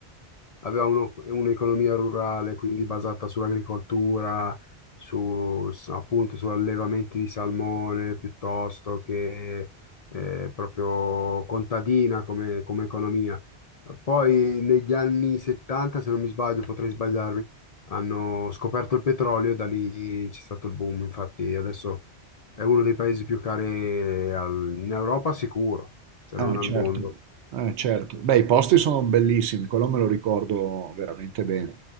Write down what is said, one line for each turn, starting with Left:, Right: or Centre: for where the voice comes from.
Left: aveva uno- un'economia rurale, quindi basata sull'agricoltura, su, su- appunto su allevamenti di salmone piuttosto che eh, proprio contadina come, come economia. Poi negli anni 70, se non mi sbaglio, potrei sbagliarmi, hanno scoperto il petrolio e da lì c'è stato il boom. Infatti adesso è uno dei paesi più cari al- in Europa sicuro, se
Right: Ah,
Left: non al
Right: certo,
Left: mondo.
Right: ah, certo. Beh, i posti sono bellissimi, quello me lo ricordo veramente bene.